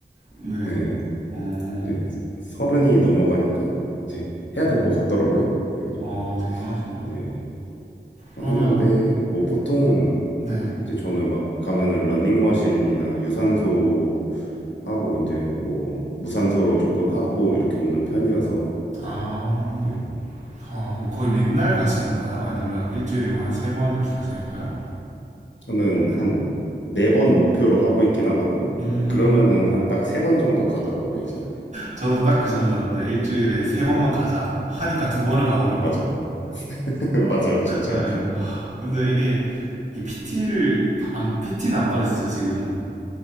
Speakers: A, on the right (about 40°); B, on the left (about 85°).
A: 네.
B: 예,
A: 어,
B: 이제 서른이 넘어가니까 이제 해야
A: 어,
B: 될 것 같더라고요. 그래가지고
A: 아, 대단하시네요.
B: 네 하는데
A: 그러면,
B: 뭐 보통은
A: 네.
B: 이제 저는 막 가면은 러닝머신이나 유산소 하고 이제 뭐 무산소로 조금 하고 이렇게 오는 편이어서
A: 아,
B: 네.
A: 어, 그럼 거의 맨날 가시는 거예요? 아니면 일주일에 뭐 한 세 번 이렇게 가시는 거예요?
B: 저는 한 네 번 목표로 하고 있긴 하거든요.
A: 음,
B: 그러면은 한 딱 세 번 정도 가더라고요, 이제.
A: 저도 딱 그 정도였는데, 일주일에 세 번만
B: 네,
A: 가자. 하니까 두 번을 가더라고요.
B: 맞아요. <laughs> 맞아요, 진짜.
A: 네, 와. 근데 이게, 이게 PT를, 안, PT는 안 받으시죠, 지금?